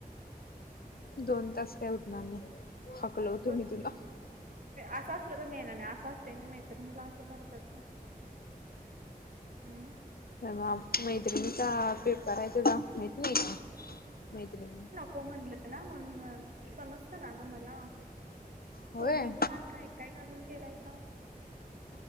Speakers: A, on the left (about 70°); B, on the right (about 60°).
A: दोन तास काय उठणार नाही हकलव होतो
B: होय
A: मी तुला.
B: असं असलं तर मी येणार नाही असं असत व्हय मैत्रिणीला असं करतात व्हय. हम्म.
A: तर मग मैत्रिणीचा पेपर आहे तुला माहित नाही का मैत्रिणी
B: क म्हटलं ना म्हणूनच समजत ना ग मला
A: होय
B: फोडणीच भात काय काय घालून केलायसा.